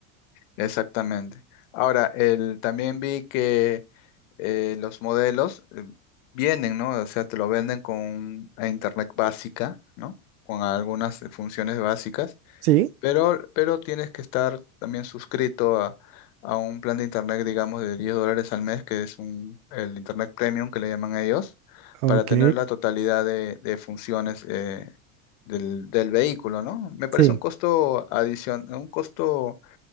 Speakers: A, on the left; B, on the right.
A: Exactamente. Ahora, el, también vi que eh, los modelos eh, vienen, ¿no? O sea, te lo venden con una internet básica, ¿no? Con algunas eh, funciones básicas,
B: Sí,
A: pero, pero tienes que estar también suscrito a, a un plan de internet, digamos, de 10 dólares al mes, que es un, el internet premium que le llaman ellos,
B: ok,
A: para tener la totalidad de, de funciones eh, del, del vehículo, ¿no? Me parece
B: sí.
A: un costo adicional, un costo